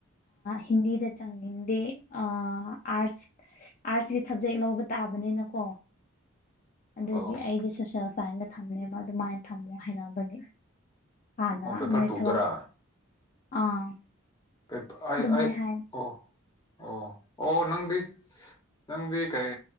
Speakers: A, on the left; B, on the left.
A: ꯍꯤꯟꯗꯤꯗ ꯆꯪꯅꯤꯡꯗꯦ ꯑꯥꯔꯠꯁ ꯑꯥꯔꯠꯁꯀꯤ ꯁꯕꯖꯦꯛ ꯂꯧꯕ ꯇꯥꯔ ꯇꯥꯕꯅꯤꯅꯀꯣ ꯑꯗꯨꯒꯤ
B: ꯑꯧ
A: ꯑꯩꯁ ꯁꯣꯁꯦꯜ ꯁꯥꯏꯟꯁꯇ ꯊꯝꯅꯦꯕ ꯑꯗꯨꯃꯥꯏꯅ ꯊꯝꯃꯣ ꯍꯥꯏꯅꯕꯅꯦ ꯍꯥꯟꯗ
B: ꯑꯣ ꯄꯦꯄꯔ
A: ꯅ ꯏ
B: ꯇꯨꯗꯔꯥ
A: ꯊ ꯋꯥ ꯑꯥ
B: ꯄꯤꯄ ꯑ
A: ꯑꯗꯨꯃꯥꯏꯅ
B: ꯑ
A: ꯍꯥꯏ
B: ꯑꯣ ꯑꯣ ꯑꯣ ꯅꯪꯗꯤ ꯅꯪꯗꯤ ꯀꯩ